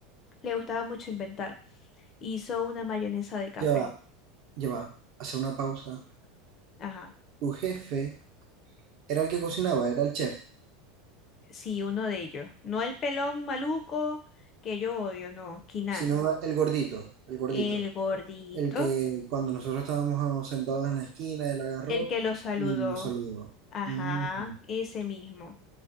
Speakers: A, on the left; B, on the right.
A: le gustaba mucho inventar. Hizo una mayonesa de café.
B: Ya va, ya va, hace una pausa.
A: Ajá.
B: Tu jefe era el que cocinaba, era el chef,
A: Sí, uno de ellos. No el pelón maluco, que yo odio, no, Kinan.
B: sino el gordito, el gordito,
A: El gordito,
B: el que cuando nosotros estábamos sentados en la esquina, él agarró
A: el que lo saludó.
B: y nos saludó.
A: Ajá,
B: Ujú.
A: ese mismo.